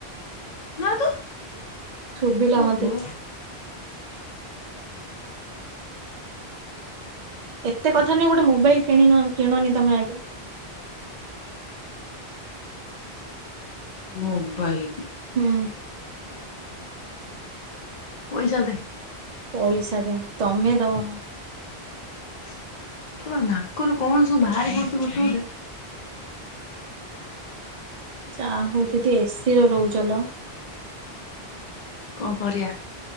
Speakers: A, on the left (about 50°); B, on the right (about 55°).
A: ନା ତ
B: ଶୁଭିଲା
A: ଓହୋ।
B: ମତେ ଏତେ କଥା ନାଇଁ ଗୋଟେ ମୋବାଇଲ କିଣିନ କିଣନି ତମେ ଆଗେ।
A: ମୋବାଇଲି କିଣି
B: ହୁଁ।
A: ପଇସା ଦେ।
B: ପଇସା ଦେ। ତମେ ଦବ ମ।
A: <unintelligible> ନାକରୁ କଣ ସବୁ ବାହାରି ପଡୁଛି ଗୋଟେ ଗୋଟେ।
B: ଯା ହଉ ଦି ଦି ଏ ସି ରେ ରହୁଚ ଲୋ।
A: କଁ କରିଆ?